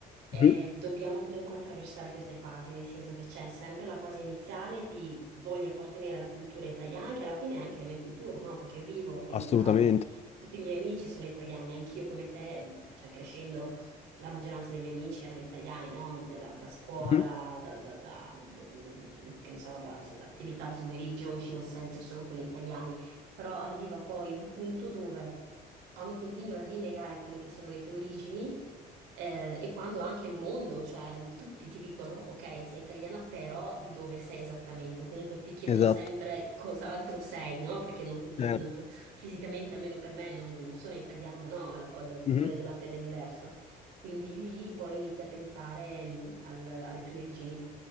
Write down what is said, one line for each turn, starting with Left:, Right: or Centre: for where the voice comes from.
Right: Eh,
Left: Mhm,
Right: dobbiamo comunque attraversare queste fasi, nel senso che c'è sempre la fase iniziale di voglio appartenere alla cultura italiana, che alla fine è anche la mia cultura, no? Perché vivo in
Left: Assolutamente.
Right: Italia, tutti i miei amici sono italiani, anch'io come te, cioè crescendo la maggioranza dei miei amici erano italiani, no? Della- da scuola,
Left: mhm.
Right: da, da- da- mm, che ne so, da, da attività al pomeriggio, uscivo sempre solo con gli italiani, però arriva poi un punto dove quando continui a rinnegare quelle che sono le tue origini, eh, e quando anche il mondo, cioè tutti ti dicono, ok, sei italiana, però di dove sei esattamente? O comunque ti chiedono
Left: Esatto.
Right: sempre cos'altro sei, no? Perché non, non-
Left: Certo.
Right: fisicamente, almeno per me, non, non sono italiana, no? Ho il ho il colore
Left: Mhm.
Right: della pelle diverso. Quindi lì poi inizi a pensare mh, al- alle tue origini